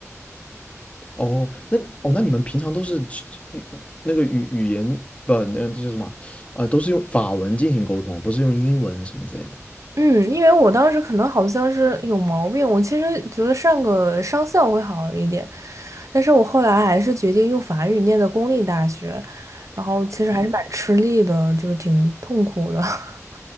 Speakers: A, on the left; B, on the right.
A: 哦，那哦，那你们平常都是去语语那个语语言不，那这叫什么？呃，都是用法文进行沟通，不是用英文什么之类的。
B: 嗯，因为我当时可能好像是有毛病，我其实觉得上个商校会好一点，但是我后来还是决定用法语念的公立大学，然后其实还是蛮吃力的，就是挺痛苦的。<laughs>